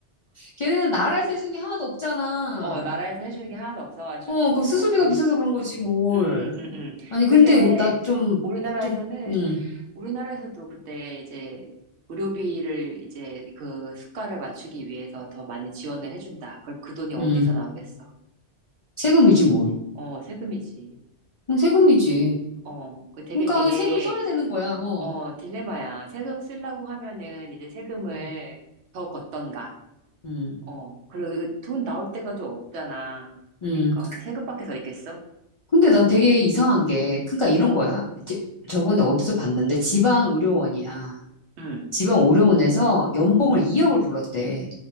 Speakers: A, on the left (about 50°); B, on the right (about 75°).
A: 걔네는 나라에서 해주는 게 하나도 없잖아.
B: 어 나라에서 해주는 게 하나도 없어가지고
A: 어, 그 수수비가
B: 그런
A: 비싸서 그런 거지, 뭘.
B: 음, 음. 음.
A: 아니,
B: 근데
A: 근데 나 좀,
B: 우리나라에서는
A: 좀, 음,
B: 우리나라에서도 근데 이제 의료비를 이제 그 수가를 맞추기 위해서 더 많이 지원을 해준다. 그럼 그 돈이 어디서
A: 음.
B: 나오겠어?
A: 세금이지, 뭘.
B: 어, 세금이지.
A: 음, 세금이지.
B: 어, 그 되게
A: 그러니까
B: 되게,
A: 세금 써야 되는 거야, 어.
B: 어, 딜레마야. 세금 쓰려고 하면은 이제 세금을
A: 음,
B: 더 걷던가.
A: 음.
B: 어, 그리고 그 돈 나올 때가 좀 없잖아. 그러니까
A: 음.
B: 세금밖에 더 있겠어?
A: 근데 난 되게 이상한 게, 그러니까 이런
B: 어,
A: 거야. 제- 저번에 어디서 봤는데 지방 의료원이야.
B: 응,
A: 지방 의료원에서 연봉을 2억을 불렀대.